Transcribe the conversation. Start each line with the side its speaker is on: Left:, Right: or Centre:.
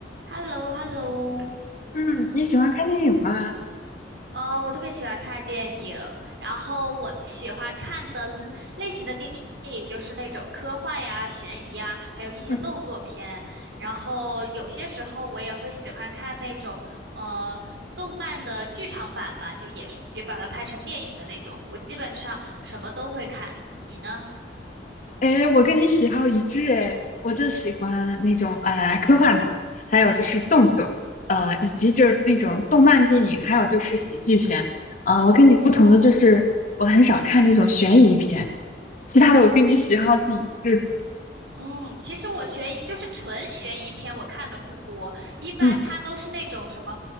Right: h e l l o h e l l o
Left: 嗯，你喜欢看电影吗？
Right: 呃，我特别喜欢看电影，然后我喜欢看的类类型的电影就是那种科幻呀、悬疑呀，还有一些动作片。
Left: 嗯，
Right: 然后有些时候我也会喜欢看那种呃动漫的剧场版吧，就也是也把它拍成电影的那种。我基本上什么都会看，你呢？
Left: 哎，我跟你喜好一致哎，我就喜欢那种呃科幻的还有就是动作，呃，以及就是那种动漫电影，还有就是喜剧片。呃，我跟你不同的就是我很少看那种悬疑片，
Right: 哦，
Left: 其他的我跟你喜好是一致的。
Right: 嗯。嗯，其实我悬疑就是纯悬疑片，我看的不多，一般它都是那种什么，
Left: 嗯，